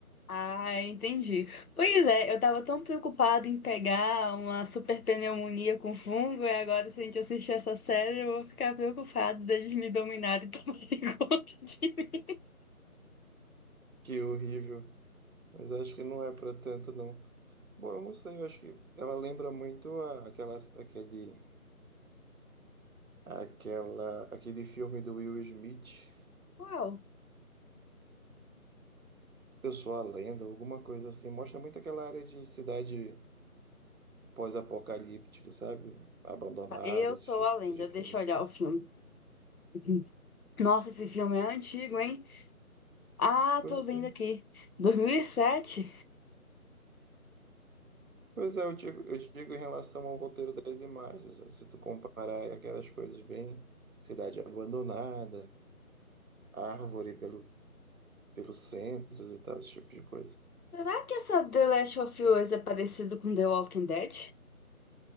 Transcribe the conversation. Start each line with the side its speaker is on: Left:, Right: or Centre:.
Left: Ah, entendi. Pois é, eu tava tão preocupada em pegar uma super pneumonia com fungo, e agora se a gente assistir essa série, eu vou ficar preocupada deles me dominarem e <laughs> tomarem conta de mim.
Right: Que horrível. Mas acho que não é para tanto, não. Bom, eu não sei, eu acho que ela lembra muito a, aquela, aquele Aquela, aquele filme do Will Smith,
Left: Uau!
Right: Eu Sou a Lenda, alguma coisa assim, mostra muito aquela área de cidade pós-apocalíptica, sabe? Abandonada,
Left: Eu
Right: esse
Left: sou
Right: tipo
Left: a lenda,
Right: de
Left: deixa
Right: coisa.
Left: eu olhar o filme. Uhum. Nossa, esse filme é antigo, hein? Ah,
Right: Pois
Left: tô vendo
Right: é.
Left: aqui. 2007?
Right: Pois é, eu digo, eu digo em relação ao roteiro das imagens, ó, se tu comparar aí aquelas coisas bem cidade abandonada, árvore pelo, pelos centros e tal, esse tipo de coisa.
Left: Será que essa The Last of Us é parecido com The Walking Dead?